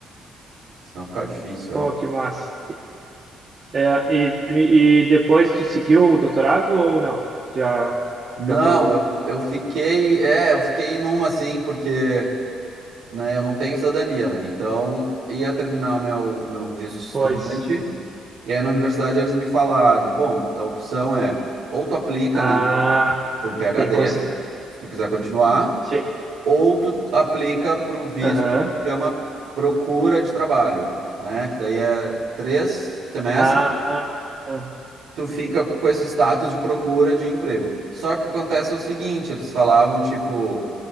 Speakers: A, on the right (about 75°); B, on the right (about 45°).
A: Senão ficava difícil,
B: pô,
A: é.
B: que massa. É, e, e depois tu seguiu o doutorado ou não? Já,
A: Não,
B: já parou?
A: eu, eu fiquei, é, eu fiquei numa assim, porque, né, eu não tenho cidadania, né? Então, ia terminar o meu, meu visto de estudante.
B: Pois.
A: E aí na universidade eles me falaram, bom, a opção é ou tu aplica,
B: Ah,
A: né, para um PhD,
B: tem que conseguir.
A: se tu quiser continuar,
B: Sim.
A: ou tu aplica para o visto
B: Aham.
A: que chama procura de trabalho, né? Que daí é três semestres,
B: Ah, ah,
A: tu fica com esse status de procura de emprego. Só que o que acontece é o seguinte, eles falavam, tipo,